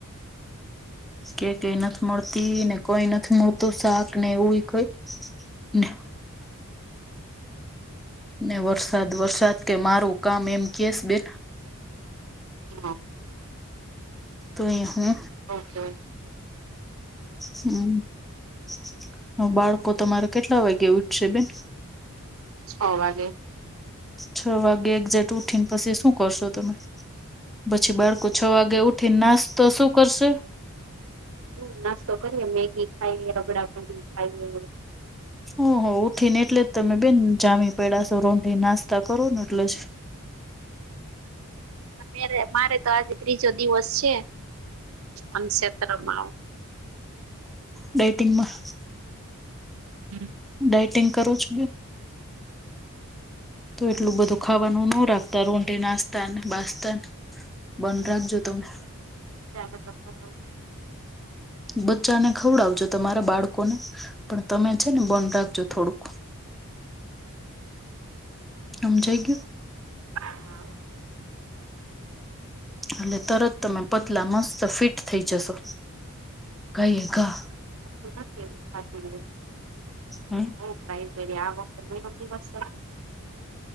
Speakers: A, in the centre; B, on the right (about 65°).
A: કેકે એ નથી મળતી ને કઇ નથી મળતું શાક ને એવું કઈ. ને. ને વરસાદ વરસાદ કે મારું કામ એમ કેસ બેન
B: હા.
A: તો એ હું
B: ઓકે.
A: હમ. હ, બાળકો તમારા કેટલા વાગે ઉઠશે બેન?
B: છ વાગે
A: છ વાગે એક્ઝેકટ ઉઠીને, પછી શું કરશો તમે? પછી બાળકો છ વાગે ઉઠી, નાસ્તો તો શું કરશે?
B: હ, નાસ્તો કરીએ, મેગી ખાઈ, રગડા પુરી ખાઈ.
A: હ, હ ઉઠીને, એટલે જ તમે બેન જામી પડાશો, રોનઢે નાસ્તા કરો ને એટલે જ.
B: મેરે મારે તો આજે ત્રીજો દિવસ છે, અનક્ષેત્ર માંઉ.
A: ડેટિંગમાં <unintelligible>
B: હમ.
A: ડાઇટિંગ કરો છો, તો એટલું બધું ખાવાનું ન રાખ તો રોનઢે નાસ્તા ને, બાસતાને બંધ રાખજો તમે.
B: જાલ ત <unintelligible>
A: બચ્ચાને ખવડાવજો, તમારા બાળકોને પણ તમે છે ને, બંધ રાખજો થોડુંક.
B: <unintelligible>
A: સમજાય ગયું.
B: હા, હમ.
A: એટલે તરત તમે પતલા મસ્ત ફિટ થઈ જશો. ઘાયે ઘા.
B: ું કેું <unintelligible>
A: હમ.
B: બહુ ટ્રાય કરી, આ વખતે મહિનો દિવસ